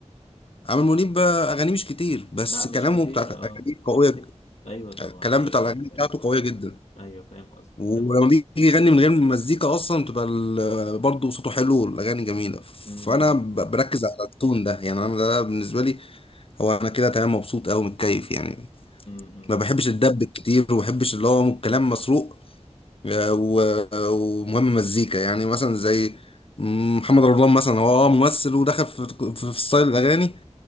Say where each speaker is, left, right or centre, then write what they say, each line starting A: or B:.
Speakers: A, on the left; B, on the left.
A: عامر منيب آه، اغانيه مش كتير بس
B: لا مش
A: كلامه
B: كتير
A: بتاعت الاغاني
B: اه
A: قويه ج-
B: ايوه طبعا
A: الكلام
B: ايوه
A: بتاع الاغاني
B: ايوه
A: بتاعته
B: ايوه ايوه,
A: قويه جدا
B: أيوة فاهم قصدك
A: ولما
B: فاهم قصدك
A: بيجي يغني من غير مزيكا اصلا تبقى ال- برضه صوته حلو والاغاني جميله
B: امم
A: فانا ب- بركز على التون ده يعني انا ده بالنسبه لي هو انا كده تمام مبسوط قوي متكيف يعني
B: امم امم
A: ما بحبش الدب كتير وما بحبش اللي هو كلام مسروق آه، و- ومهم مزيكا يعني مثلا زي محمد رمضان مثلا هو اه ممثل ودخل في في في ستايل الاغاني